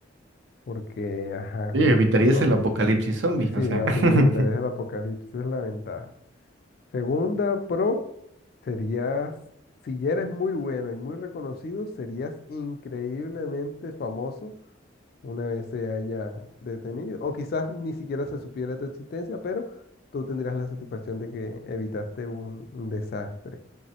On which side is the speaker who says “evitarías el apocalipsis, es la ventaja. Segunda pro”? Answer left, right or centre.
Left